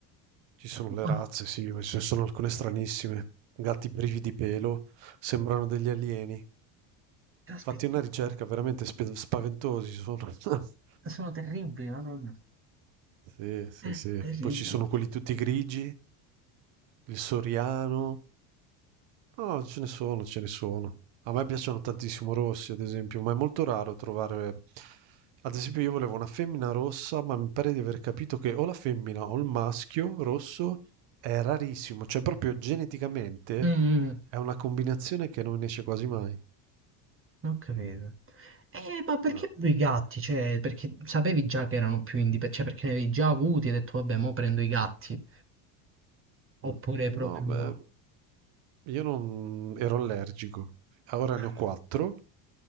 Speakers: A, on the right (about 70°); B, on the right (about 25°).
A: Ci sono le
B: Buono.
A: razze, sì, ma ci sono alcune stranissime. Gatti privi di pelo, sembrano degli alieni.
B: Caspita,
A: Fatti una ricerca veramente spe spaventosi sono. <laughs>
B: sono terribili, madonna.
A: Sì, sì,
B: Eh,
A: sì.
B: terribili.
A: Poi ci sono quelli tutti grigi, il soriano. No, ce ne sono, ce ne sono. A me piacciono tantissimo rossi, ad esempio, ma è molto raro trovare. Ad esempio, io volevo una femmina rossa, ma mi pare di aver capito che o la femmina o il maschio rosso è rarissimo, cioè proprio geneticamente
B: Mm.
A: è una combinazione che non esce quasi mai.
B: Ho capito. Eh, ma perché
A: Ah,
B: proprio i gatti? Cioè, perché sapevi già che erano più indipendenti, cioè perché ne avevi già avuti e hai detto, vabbè, mo prendo i gatti.
A: mm.
B: Oppure proprio...
A: No, beh, Io non ero allergico, ora
B: Ah.
A: ne ho quattro,